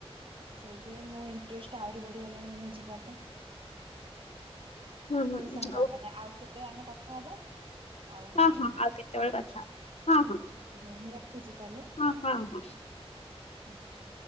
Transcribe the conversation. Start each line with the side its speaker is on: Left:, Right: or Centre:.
Right: ତ ସେଇଥିରେ ମୋ ଇଣ୍ଟରେଷ୍ଟ ଆହୁରି ବଢିଗଲାଣି ମାନେ ଯିବା ପାଇଁ।
Left: ହୁଁ ହୁଁ
Right: ହଉ ସାଙ୍ଗ
Left: ଓକେ
Right: ମାନେ ଆଉ କେବେ ଆମେ କଥା ହବା? ଆଉ
Left: ହଁ ହଁ ଆଉ କେତେବେଳେ
Right: କଅଁ କହୁଚ?
Left: କଥା ହବା
Right: ହଉ ମୁଁ ରଖୁଛି ତାହଲେ
Left: ହଁ ହଁ ହଁ ହଁ ହଁ।
Right: ଆଜ୍ଞା।।